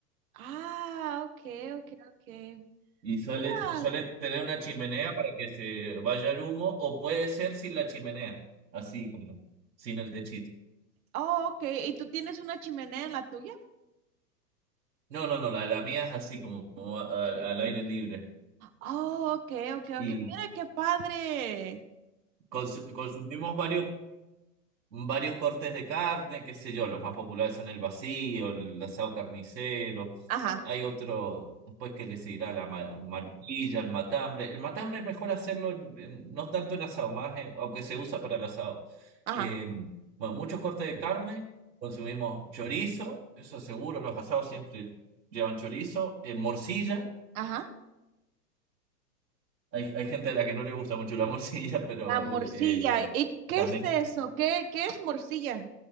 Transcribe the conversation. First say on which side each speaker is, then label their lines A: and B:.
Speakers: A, on the right; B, on the right.
A: Ah, ok, ok, ok.
B: Y suele,
A: Mira,
B: suele tener una chimenea para que se vaya el humo, o puede ser sin la chimenea, así como, sin el techito.
A: oh, ok, ¿y tú tienes una chimenea en la tuya?
B: No, no, no, la, la mía es así como, como a- al, al aire libre.
A: Oh, ok, ok,
B: Y
A: ok. Mira qué padre.
B: cons- consumimos varios. varios cortes de carne, qué sé yo, los más populares son el vacío, el asado carnicero,
A: Ajá,
B: a- hay otro, después que le seguirá la ma- maracuyá, el matambre. El matambre es mejor hacerlo, en- en- no tanto en asado, más en- aunque se usa para el asado.
A: ajá,
B: Eh, bueno, muchos cortes de carne, consumimos chorizo, eso seguro, los asados siempre llevan chorizo, eh, morcilla,
A: ajá.
B: hay, hay gente a la que no le gusta mucho la morcilla, <laughs> pero
A: La morcilla.
B: eh, eh,
A: ¿Y qué
B: también...
A: es eso? ¿Qué, qué es morcilla?